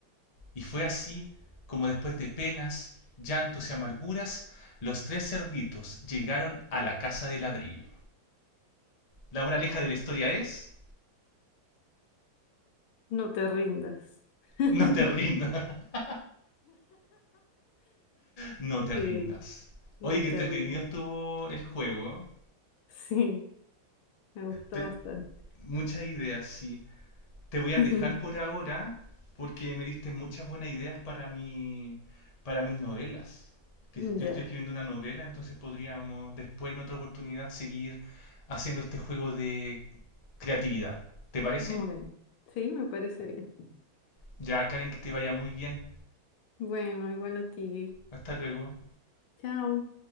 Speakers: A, on the left; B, on the left.
A: Y fue así como después de penas, llantos y amarguras, los tres cerditos llegaron a la casa de ladrillo. La moraleja de la historia es,
B: No te rindas. <laughs>
A: no te rindas, <laughs> no te
B: Sí,
A: rindas.
B: no
A: Oye, qué
B: te
A: entretenido
B: rindas.
A: estuvo el juego.
B: Sí, me gustó
A: Te-
B: bastante.
A: muchas ideas, sí. Te voy a
B: <laughs>
A: dejar por ahora porque me diste muchas buenas ideas para mi, para mis novelas. Que
B: Ya,
A: yo estoy escribiendo una novela, entonces podríamos después en otra oportunidad seguir haciendo este juego de creatividad. ¿Te parece?
B: bueno, sí, me parece bien.
A: Ya, Karen, que te vaya muy bien.
B: Bueno, igual a ti.
A: Hasta luego.
B: Chao.